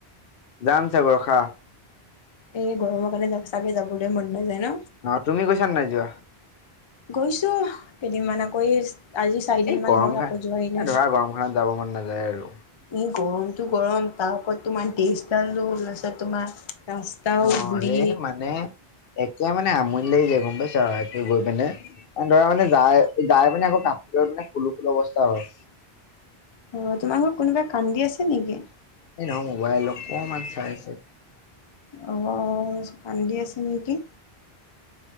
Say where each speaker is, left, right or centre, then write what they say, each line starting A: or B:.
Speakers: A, on the left; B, on the left.
A: যাম <unintelligible> ৰখা।
B: এই গৰমৰ কাৰনে <unintelligible> চাগে যাবলৈ মন। নাযায় ন
A: অ, তুমি কৈছা নে নাই যোৱা?
B: গৈছো কেইদিনমান আকৌ এ আজি চাৰিদিন
A: এই
B: মান
A: গৰম
B: হল আকৌ
A: খা
B: যোৱাই নাই
A: এ ধৰা গৰম খনত যাব মন নাযায় আৰু
B: ই গৰমটো গৰম তাৰ ওপৰত তোমাৰ দেচডাল টো ওলাইছে তোমাৰ ৰাস্তাও
A: অ,
B: ধূলি
A: এই মানে একে মানে আমনি লাগি যায় গম পাইছ একে গৈ পিনে। ধৰা মানে যাই যাই মানে আকৌ কাপোৰ মানে খুলো খুলো অৱস্থা হয়।
B: অ তোমাৰ ঘৰত কোনোবাই কান্দি আছে নেকি?
A: এই নহয় মোবাইল অকমান চাইছে।
B: আহ মই ভাবিছোঁ কান্দি আছে নেকি?